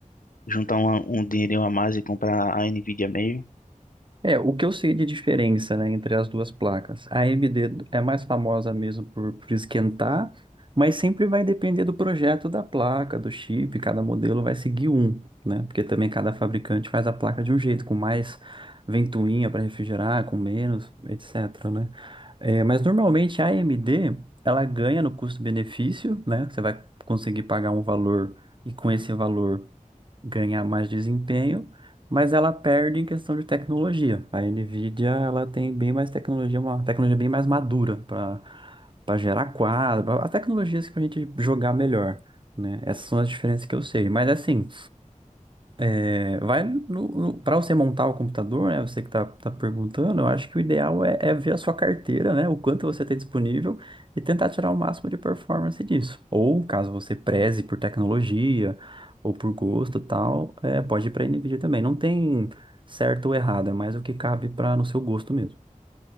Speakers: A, on the left; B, on the right.
A: juntar um, um dinheirinho a mais e comprar a NVIDIA mesmo?
B: É, o que eu sei de diferença, né, entre as duas placas. A AMD é mais famosa mesmo por, por esquentar, mas sempre vai depender do projeto da placa, do chip, cada modelo vai seguir um, né? Porque também cada fabricante faz a placa de um jeito, com mais ventoinha para refrigerar, com menos, etc, né? É, mas normalmente a AMD, ela ganha no custo-benefício, né? Você vai conseguir pagar um valor e com esse valor ganhar mais desempenho, mas ela perde em questão de tecnologia. A Nvidia, ela tem bem mais tecnologia, uma tecnologia bem mais madura para para gerar quadro, pra- as tecnologias que a gente jogar melhor, né? Essas são as diferenças que eu sei. Mas assim, é, vai para você montar o computador, né? Você que está perguntando, eu acho que o ideal é, é ver a sua carteira, né? O quanto você tem disponível e tentar tirar o máximo de performance disso. Ou caso você preze por tecnologia ou por gosto e tal, é, pode ir para a NVIDIA também. Não tem certo ou errado, é mais o que cabe para no seu gosto mesmo.